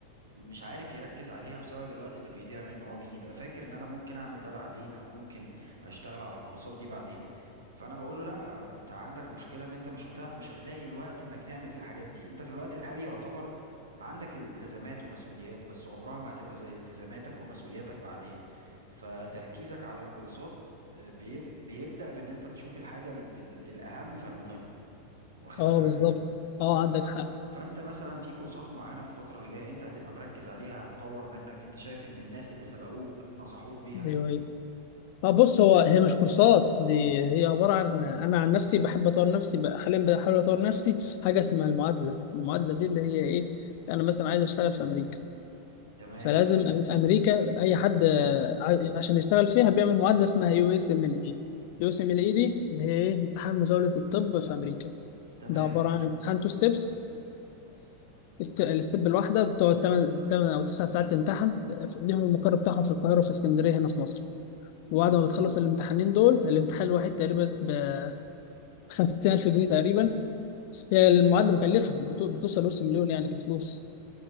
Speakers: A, on the right; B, on the left.
A: مش عارف يركز عليها بسبب الوقت اللي بيضيع منه هو بيبقى فاكر ان انا ممكن اعمل ده بعدين او ممكن اشتغل على الكورسات دي بعدين فانا بقول له لا انت عندك مشكلة ان انت مش هتع... مش هتلاقي الوقت انك تعمل فيه الحاجات دي انت في الوقت الحالي يعتبر عندك الالتزامات ومسؤوليات بس عمرها ما هتبقى زي التزاماتك ومسؤولياتك بعدين فتركيزك على الكورسات آه، بيب... بيبدأ بان انت تشوف الحاجة ال... ال... الاهم فالمهم واخد
B: أه
A: بالك
B: بالظبط أه
A: فانت
B: عندك
A: ما
B: حق
A: فانت مثلا في كورسات معينه في الفتره اللي جايه انت هتبقى مركز عليها هتطور منك انت شايف ان الناس اللي سبقوك نصحوك بيها
B: أيوه أيوه أه بص هو هي مش كورسات دي هي عبارة عن أنا عن نفسي بحب أطور نفسي بقى حاليا بحاول أطور نفسي حاجة اسمها المعادلة المعادلة دي اللي هي إيه؟ أنا مثلا عايز أشتغل في أمريكا
A: تمام
B: فلازم أم- امريكا اي حد آه، ع- عشان يشتغل فيها بيعمل معادله اسمها يو اس ام ال اي يو اس ام ال اي دي اللي هي ايه امتحان مزاوله الطب في امريكا
A: تمام
B: ده عباره عن امتحان تو ستيبس الستيب الواحده بتقعد 8 او 9 ساعات تمتحن آه، ليهم المقر بتاعهم في القاهره وفي اسكندريه هنا في مصر
A: امم
B: وبعد ما بتخلص الامتحانين دول الامتحان الواحد تقريبا ب 50000 جنيه تقريبا هي المعادله مكلفه بتو- بتوصل نص مليون يعني كفلوس